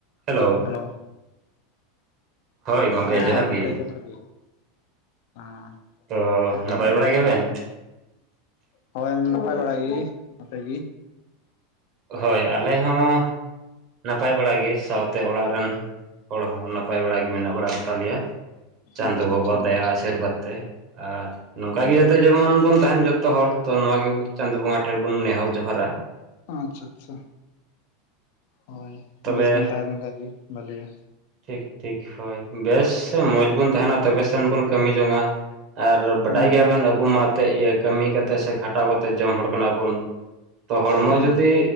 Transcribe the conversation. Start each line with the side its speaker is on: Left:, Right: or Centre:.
Right: Hello.
Left: <inaudible>
Right: ᱦᱳᱭ ᱜᱚᱢᱠᱮ
Left: ᱦᱮᱸ
Right: ᱡᱚᱦᱟᱨ
Left: ᱜᱚᱝᱠᱮ
Right: ᱜᱮ
Left: ᱡᱚᱦᱟᱨ ᱜᱮ, ᱦᱮᱸ᱾
Right: ᱛᱚ
Left: ᱪᱮᱫᱠᱟ
Right: ᱱᱟᱯᱟᱭ
Left: ᱢᱚᱸᱡᱽ
Right: ᱵᱟᱲᱟ ᱜᱮᱭᱟ
Left: ᱜᱮ?
Right: ᱵᱮᱱ?
Left: ᱦᱳᱭ ᱱᱟᱯᱟᱭ ᱵᱟᱲᱟ ᱜᱤ, ᱟᱯᱮ ᱜᱤ?
Right: ᱦᱳᱭ ᱟᱞᱮ ᱦᱚᱸ ᱱᱟᱯᱟᱭ ᱵᱟᱲᱟ ᱜᱮ ᱥᱟᱶᱛᱮ ᱚᱲᱟᱜ ᱨᱮᱱ ᱦᱚᱲ ᱦᱚᱸ ᱱᱟᱯᱟᱭ ᱵᱟᱲᱟ ᱜᱮ ᱢᱮᱱᱟᱜ ᱵᱟᱲᱟ ᱠᱚᱛᱟ ᱞᱮᱭᱟ᱾ ᱪᱟᱸᱫᱚ
Left: ᱟᱪᱪᱷᱟ
Right: ᱵᱟᱵᱟᱣᱟᱜ
Left: ᱟᱪᱪᱷᱟ
Right: ᱫᱟᱭᱟ
Left: ᱢᱟ
Right: ᱟᱥᱤᱨᱵᱟᱫᱽ ᱛᱮ ᱟᱨ
Left: ᱟᱪᱪᱷᱟ
Right: ᱱᱚᱝᱠᱟ
Left: ᱟᱪᱪᱷᱟ
Right: ᱜᱮ ᱡᱟᱛᱮ ᱡᱮᱢᱚᱱ ᱵᱚᱱ ᱛᱟᱦᱮᱱ ᱡᱚᱛᱚ ᱦᱚᱲ ᱛᱚ ᱱᱚᱣᱟ ᱜᱮ ᱪᱟᱸᱫᱚ ᱵᱚᱸᱜᱟ ᱴᱷᱮᱱ ᱵᱚᱱ ᱱᱮᱦᱚᱨ ᱡᱚᱸᱦᱟᱨᱟ᱾
Left: ᱟᱪᱪᱷᱟ ᱟᱪᱪᱷᱟ ᱦᱳᱭ
Right: ᱛᱚᱵᱮ
Left: ᱵᱮᱥ ᱵᱚᱱ ᱛᱟᱦᱮᱸᱱ ᱢᱟ ᱚᱱᱠᱟ ᱜᱮ ᱵᱷᱟᱞᱮᱭᱟ᱾
Right: ᱴᱷᱤᱠ ᱴᱷᱤᱠ ᱦᱳᱭ ᱵᱮᱥ ᱥᱮ ᱢᱚᱡᱽ ᱵᱚᱱ ᱛᱟᱦᱮᱱᱟ ᱛᱚᱵᱮ ᱥᱮᱱ ᱵᱚᱱ ᱠᱟᱹᱢᱤ ᱡᱚᱝᱟ᱾ ᱟᱨ ᱵᱟᱰᱟᱭ
Left: ᱦᱩᱸ
Right: ᱜᱮᱭᱟ ᱵᱮᱱ ᱟᱵᱚ ᱢᱟ ᱟᱛᱮᱫ ᱤᱭᱟᱹ ᱠᱟᱹᱢᱤ ᱠᱟᱛᱮ ᱥᱮ ᱠᱷᱟᱴᱟᱣ ᱠᱟᱛᱮ ᱡᱚᱢ ᱦᱚᱲ ᱠᱟᱱᱟ ᱵᱚᱱ ᱛᱚ ᱦᱚᱲᱢᱚ
Left: ᱦᱩᱸ
Right: ᱡᱩᱫᱤ